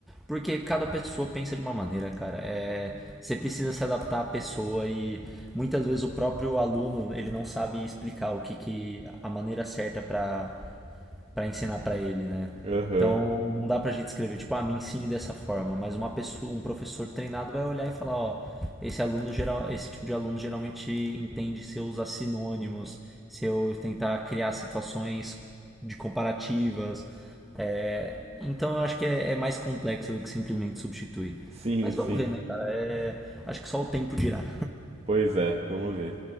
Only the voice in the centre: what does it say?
Porque cada pessoa pensa de uma maneira, cara. É, você precisa se adaptar à pessoa e muitas vezes o próprio aluno ele não sabe explicar o que, que a maneira certa para para ensinar para ele, né?
Então não dá pra gente escrever, tipo, ah, me ensine dessa forma, mas uma pessoa, um professor treinado vai olhar e falar, ó, esse aluno geral, esse tipo de aluno geralmente entende se eu usar sinônimos, se eu tentar criar situações de comparativas. É, então eu acho que é, é mais complexo do que simplesmente substituir.
Mas
vamos ver, né, cara? É, acho que só o tempo dirá.